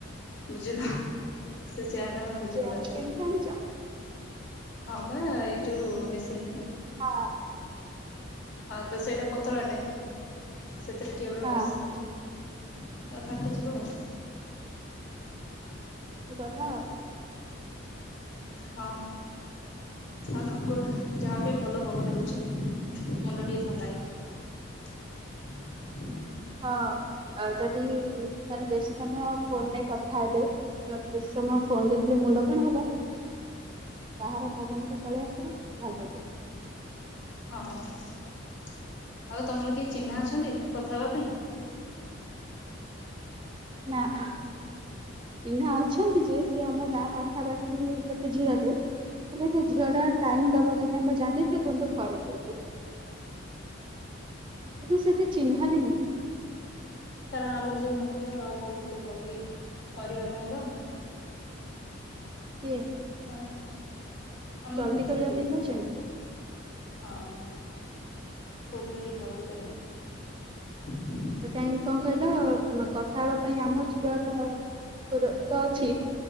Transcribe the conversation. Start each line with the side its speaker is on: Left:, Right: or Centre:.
Left: ବୁଝିଲ ଚ ଟା ଭାଙ୍ଗିଯିବ
Right: ଚେୟାର
Left: ଲାଷ୍ଟ
Right: କିଣିକି
Left: କୁ
Right: ଆଣିଛ?
Left: ହବା ଯୋଉ ମେସିନ୍ ପାଇଁ
Right: ହଁ
Left: ହଉ ତ ସେଇଟା ପତଳାଟେ ସତ ପତକ ଏଡେ
Right: ହଁ
Left: ବସ ତ ଫାଟିଯିବ ଆଉ
Right: ଗଲା ଆଉ
Left: ହଁ ଆଉ କଣ କ ଯାହା ଟିକେ ଭଲ ପବନ ହହୁଛି ମୁଣ୍ଡ ଟିକେ ଥଣ୍ଡା ହେଇଯିବ
Right: ହଁ ଆ ଯଦି ମାନେ ବେଶୀ ସମୟ ଫୋନରେ କଥା ହେଲେ ନେ ବେଶୀ ସମୟ ଫୋନ ଦେଖିଲେ ମୁଣ୍ଡ କଣ ହବ ବାହାର ପବନକୁୁ ପଳେଇ ଆସିଲେ ଭଲ ଲଇିବ।
Left: ହଁ ଆଉ ତମର କିଏ ଚିହ୍ନା ଅଛନ୍ତି କଥା ହବା ପାଇଁ?
Right: ନାଁ ଆ। ଚିହ୍ନା ଅଛନ୍ତି ଯେ ସେ ଆମ ଗାଁ ପାଖ ଗୋଟେ ଝିଅ ଟେ ହେଲେ ସେ ଝିଅ ଟା ଟାଇମ ଦବ କି ନାଇଁ ମୁଁ ଜାନି ସେ କିନ୍ତୁ ଘରେ କହୁଛି କିନ୍ତୁ ସେ ଏତେ ଚିହ୍ନା ବି ନୁହଁ।
Left: କାରଣ ଆମର ଯୋଉ ମୁଖ୍ୟ କହୁଥିଲେ ଜଲଦି କରିବା ପାଇଁ ତ
Right: କିଏ?
Left: ଆଉ। ଆମର
Right: ଜଲଦି
Left: ମୁଖ୍ୟ
Right: କରିବା
Left: ଯେ,
Right: ପାଇଁ କହିଛନ୍ତି
Left: ହଁ। ହଉତ୍ରଡି ଜଲଦି ପାରିବ। <inaudible>
Right: କାହିଁକି କଣ କହିଲ କଥା ହବା ପାଇଁ ଆମ ଝିଅରତ ଅଛି